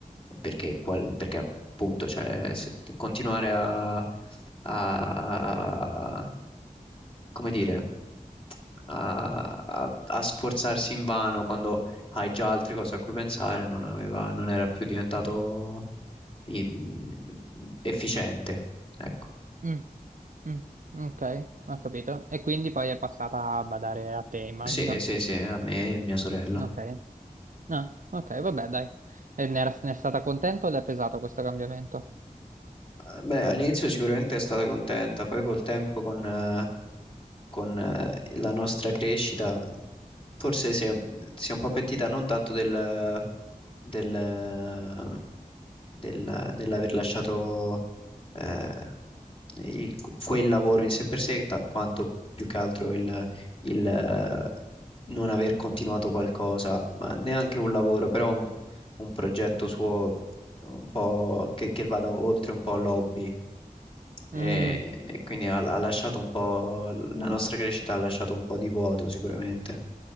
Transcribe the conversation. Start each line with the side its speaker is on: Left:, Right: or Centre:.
Left: perché, qual- perché appunto cioè, se- continuare a, a- come dire, a, a- a sforzarsi invano quando hai già altre cose a cui pensare, non aveva, non era più diventato in- efficiente. Ecco.
Right: Mm, mm, ok, ho capito. E quindi poi è passata a badare a te, immagino.
Left: Sì, sì, sì, a me e mia sorella.
Right: Ok. Ah, ok, vabbè, dai. E ne, era- ne è stata contenta o le è pesato questo cambiamento?
Left: Eh, Beh, all'inizio sicuramente è stata contenta, poi col tempo con, con eh, la nostra crescita, forse si è, si è un po' pentita non tanto del, del, del- dell'aver lasciato eh, il- quel lavoro in sé per sé, ta- quanto più che altro il, il, eh, non aver continuato qualcosa, ma neanche un lavoro, però un, un progetto suo un po' che, che vada oltre un po' l'hobby e,
Right: Mm.
Left: e quindi ha, ha lasciato un po', la nostra crescita ha lasciato un po' di vuoto sicuramente,